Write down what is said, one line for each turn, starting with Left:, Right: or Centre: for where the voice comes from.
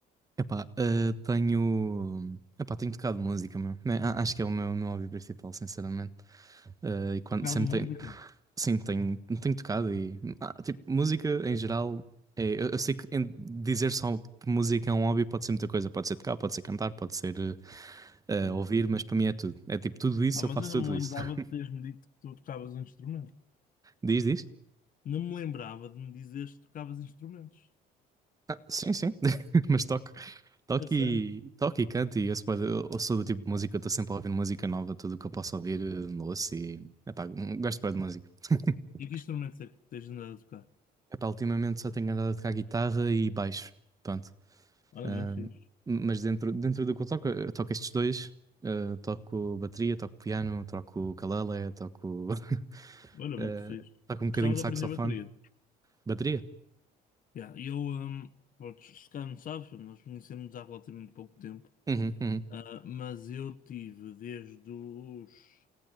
Right: Epá, ah, tenho. Epá, tenho tocado música, meu. né a- Acho que é o meu, meu hobby principal, sinceramente. Ah, e quando
Left: Tocado
Right: sempre
Left: música?
Right: tenho. Sim, tenho, tenho tocado e. ah, tipo, música em geral. É, eu, eu sei que em- dizer só que música é um hobby pode ser muita coisa. Pode ser tocar, pode ser cantar, pode ser ah,
Left: Não.
Right: ouvir,
Left: é?
Right: mas para mim é tudo. É tipo, tudo isso,
Left: Ah, mas
Right: eu faço
Left: eu não
Right: tudo
Left: me
Right: isso.
Left: lembrava
Right: <laughs>
Left: de teres-me dito que tu tocavas um instrumento.
Right: Diz, diz.
Left: Não me lembrava de me dizeres que tocavas instrumentos.
Right: Ah, sim, sim, <laughs> mas toco. Toque,
Left: A sério?
Right: e- toque e cante, eu, se pode- eu- eu sou do tipo de música, que eu estou sempre a ouvir música nova, tudo o que eu posso ouvir, eh, ouço e. Epá, hum, gosto bué de música. <laughs>
Left: E que instrumentos é que tens andado a tocar?
Right: Epá, ultimamente só tenho andado a tocar guitarra e baixo, pronto.
Left: Olha,
Right: Ahm,
Left: mas fixe.
Right: mas dentro, dentro do que eu toco, eu toco estes dois, ah, toco bateria, toco piano, toco ukulele, toco, <laughs>
Left: Olha, muito
Right: ah,
Left: fixe.
Right: toco um bocadinho
Left: Gostava
Right: de
Left: de
Right: saxofone.
Left: aprender bateria.
Right: Bateria?
Left: Yeah, eu, hum, pronto, se calhar não sabes, nós conhecemos há relativamente pouco tempo,
Right: Uhum, uhum.
Left: Ah, mas eu tive desde os